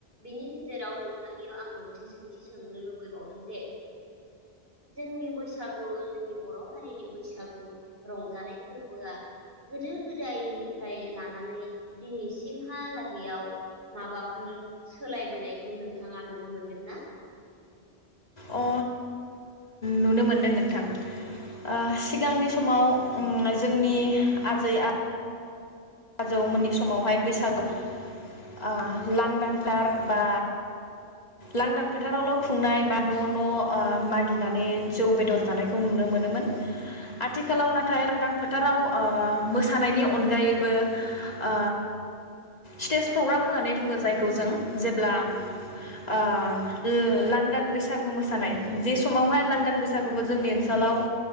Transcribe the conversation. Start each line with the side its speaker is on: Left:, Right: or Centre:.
Right: बिनि गेजेराव नों थांनियाव आं मोनसे सोंथि सोंनो लुबैबावदों जे जोंनि बैसागु जोंनि बर' हारिनि बैसागु रंजानाय फोरबोआ गोदो गोदायनिफ्राय लानानै दिनैसिमहालागैयाव माबाफोर सोलायबोनायखौ नोंथाङा नुनो मोनदोंना?
Left: अ ओ नुनो मोनदों नोंथां आ सिगांनि समाव उम जोंनि आजै आ जौमोननि समावहाय बैसागु
Right: औ
Left: आ लांदां <unintelligible> बा लांदां फोथारावल' खुंनाय
Right: औ
Left: बा न' न' ओ मागिनानै जौ बेदर जानायखौ खौ नुनो मोनोमोन।
Right: औ
Left: आथिखालाव नाथाय लांदां फोथाराव
Right: औ
Left: ओ सानायनि अनगायैबो ओ स्टेज
Right: औ
Left: प्रग्राम होननानै बुङो जाय खौ जों जेब्ला ओ
Right: औ
Left: ला दान बैसागु मोसानाय जे समावहाय लानदान बैसागुखौ जोंनि ओनसोलाव